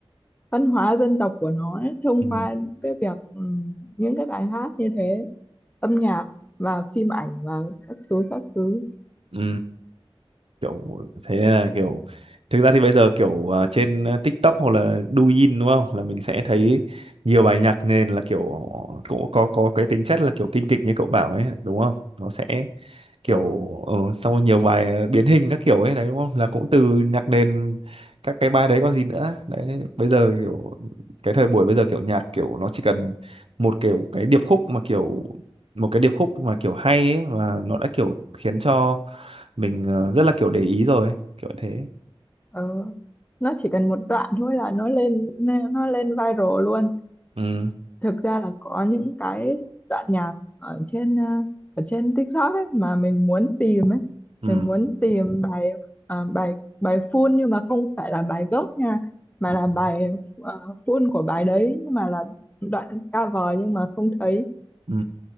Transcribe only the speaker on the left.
văn hóa dân tộc của nó ấy, thông
qua cái việc ừm, những cái bài hát như thế âm nhạc và phim ảnh và các thứ các thứ
ừ,
ừ. nó chỉ cần một đoạn thôi là nó lên lên- nó lên viral luôn
thực ra là có những cái đoạn nhạc ở trên ờ, ở trên TikTok ấy mà mình muốn tìm ấy
mình muốn tìm bài ờ, bài bài full nhưng mà không phải là bài gốc nha mà
là bài uh, full của bài đấy nhưng mà là đoạn cover nhưng mà không thấy